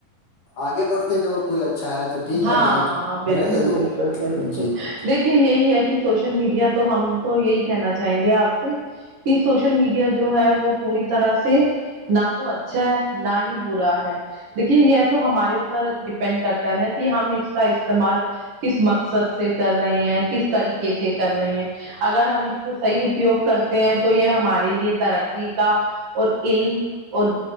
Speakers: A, on the left; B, on the right.
A: آگے بڑتے جب کوئی اچھا ہے تو ٹھیک
B: ہاں
A: ہے نہیں تو
B: بالکل
A: رہنے دو
B: بالکل بالکل
A: جی بات
B: دیکھیے یہی ہے کہ سوشل میڈیا تو ہم تو یہی کہنا چاہیں گے آپ سے کہ سوشل میڈیا جو ہے وہ پوری طرح سے نہ تو اچھا ہے نہ ہی برا ہے دیکھیے یہ تو ہمارے اوپر ڈیپینڈ کرتا ہے نا کہ ہم اس کا استعمال کس مقصد سے کر رہے ہیں کس طریقے سے کر رہے ہیں اگر ہم اس کو صحیح اپیوگ کرتے ہیں تو یہ ہمارے لیے ترقی کا اور علم اور